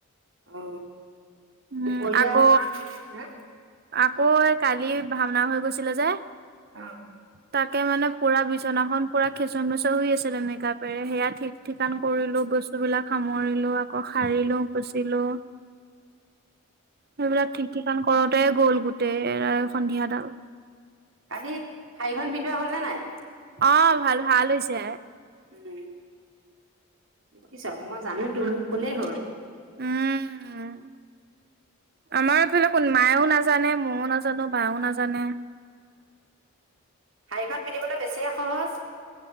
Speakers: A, on the right (about 65°); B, on the right (about 45°).
A: অ
B: উম,
A: দুপৰীয়া
B: আকৌ
A: হা
B: আকৌ এই কালি ভাওনা হৈ গৈছিলে যে
A: অ
B: তাকে মানে পুৰা বিচনাখন পুৰা খেঁচৰ মেচৰ শুই আছে মেকাপেৰে সেয়া ঠিক ঠিকান কৰিলো বস্তু বিলাক সামৰিলো আকৌ সাৰিলো পুচিলো সেইবিলাক ঠিক ঠিকান কৰ গ'ল গোটেই এ সন্ধিয়া দাল
A: কালি শাৰীখন পিন্ধোৱা হল নে নাই
B: অ ভাল ভাল হৈছে
A: উম দেখিছ মই জানো তো মোক কলেই হল
B: উম। আমাৰ এইফালে কোন মায়েও নাজানে ময়ো নাজানো বাও নাজানে।
A: শাৰীখন পিন্ধিবলৈ বেছিয়ে সহজ,